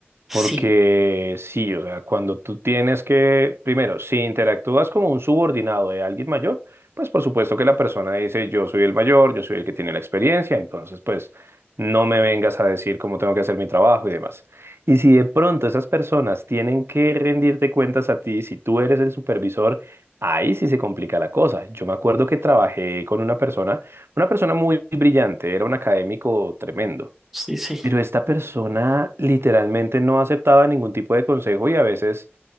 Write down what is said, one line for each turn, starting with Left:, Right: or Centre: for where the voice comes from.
Centre: Sí,
Right: Porque sí, o sea, cuando tú tienes que, primero, si interactúas como un subordinado de alguien mayor, pues por supuesto que la persona dice, yo soy el mayor, yo soy el que tiene la experiencia, entonces pues no me vengas a decir cómo tengo que hacer mi trabajo y demás. Y si de pronto esas personas tienen que rendirte cuentas a ti, si tú eres el supervisor, ahí sí se complica la cosa. Yo me acuerdo que trabajé con una persona, una persona muy brillante, era un académico tremendo
Centre: sí, sí.
Right: pero esta persona literalmente no aceptaba ningún tipo de consejo y a veces